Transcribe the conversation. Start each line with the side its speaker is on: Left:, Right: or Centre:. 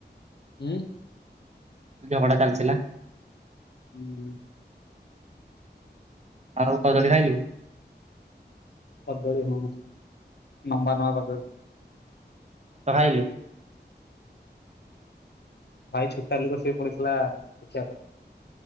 Left: ହୁଁ
Right: ଝଗଡ଼ା ଚାଲିଥିଲା
Left: ହୁଁ
Right: ଆଉ କଦଳୀ ଖାଇଲୁ
Left: କଦଳିୀ ହଁ ଲମ୍ବା ନବା କଦଳୀ
Right: ତ ଖାଇଲୁ
Left: ଭାଇ ଛୁଟା ଲୋକ ସିଏ ପୁଣି ଥିଲା ଦେଖିବା ପାଇଁ